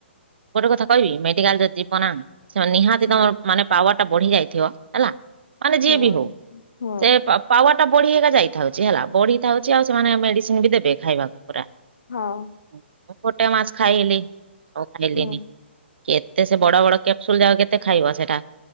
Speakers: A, on the right; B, on the left.
A: ଗୋଟେ କଥା କହିବି ମେଡିକାଲରେ ଯିବନା ସେ ମାନେ ନିହାତି
B: ହୁଁ
A: ତମର ମାନେ ପାୱାର ଟା ବଢି ଯାଇଥିବ ହେଲା ମାନେ ଯିଏ
B: ହୁଁ
A: ବି ହୋଉ
B: ହୁଁ।
A: ସେ ପା ପାୱାର ଟା ବଢି ହେଇ ଏକକା ଯାଇଥାଉଛି ହେଲା ବଢି ଥାଉଛି ଆଉ ସେମାନେ ମେଡିସିନି ବି ଦେବେ ଖାଇବାକୁ ପୁରା।
B: ହଁ।
A: ମୁଁ ଗୋଟେ ମାସ୍ ଖାଇଲି ଆଉ ଖାଇଲିନି।
B: ହୁଁ।
A: କେତେ ସେ ବଡ ବଡ କ୍ୟାପସୁଲ ଯା କେତେ ଖାଇବା ସେଇଟା।